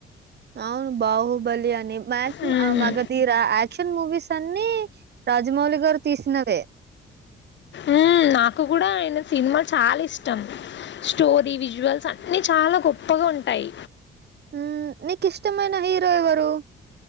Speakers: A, on the right; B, on the left.
A: అవును బాహుబలి అని మాక్సిమం
B: హ్మ్.
A: ఆ మగధీర యా క్షన్ మూవీస్ అన్నీ రాజమౌళి గారు తీసినవే
B: మ్మ్ నాకు కూడా ఆయన సినిమాలు చాలా ఇష్టం స్టోరీ విజువల్స్ అన్నీ చాలా గొప్పగావుంటాయ్.
A: హ్మ్ నీకు ఇష్టమైన హీరో ఎవరు